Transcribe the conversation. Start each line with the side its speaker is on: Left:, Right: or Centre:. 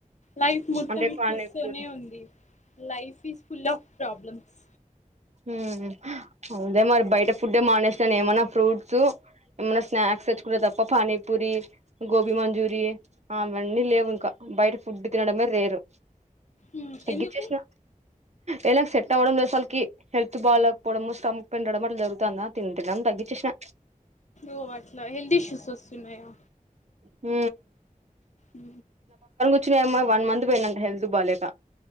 Left: లైఫ్ మొత్తం
Right: అంటే
Left: ఇష్యూస్తోనే
Right: పానీపూరి
Left: ఉంది life is full of problems
Right: ఉహు అవున్లే మరి బయట ఫుడ్డే మానేసాను ఏమనా ఊ అవున్లే మరి ఫ్రూట్స్ ఏమనా స్నాక్స్ తెచ్చుకుంట తప్ప పానీపూరి గోబీ మంచూరి అవన్నీ లేవు ఇంకా బయట ఫుడ్ తినడమే రేరు
Left: మ్మ్.
Right: తగ్గిచ్చసిన
Left: ఎందుకు
Right: ఏ నాకు సెట్ అవ్వడం లేద్ అసలకి హెల్త్ బాగాలేకపోవడము స్టమక్ పిండడం అట్లా జరుగుతుందా తింటేని తగ్గించేసిన
Left: ఒ అట్ల హెల్ద్ ఇష్యూస్ వస్తున్నాయా
Right: ఊ
Left: ఊ
Right: కూర్చ ఏమో వన్ మంత్ పోయినంట హెల్త్ బాలేక